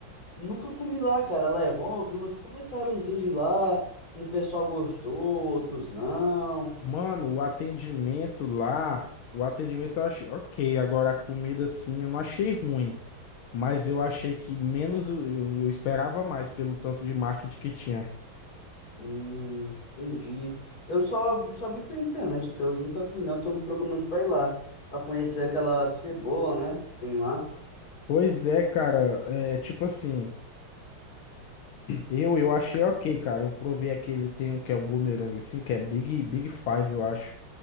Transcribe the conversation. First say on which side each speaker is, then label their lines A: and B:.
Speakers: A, on the left (about 45°); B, on the left (about 80°).
A: Nunca comi lá, cara. Lá é bom, eu vi uns comentáriozinhos de lá. Um pessoal gostou, outros não.
B: Mano, o atendimento lá, o atendimento eu achei ok. Agora, a comida, sim, eu não achei ruim. Mas eu achei que menos, eu, eu eu esperava mais pelo tanto de marketing que tinha.
A: Hum, entendi. Eu só, só vi pela internet até hoje, nunca fui não, tô me programando pra ir lá, pra conhecer aquela cebola, né? que Tem lá.
B: Pois é, cara, é tipo assim, eu eu achei ok, cara. Eu provei aquele, tem um que é um boomerang assim, que é Big Big Five, eu acho.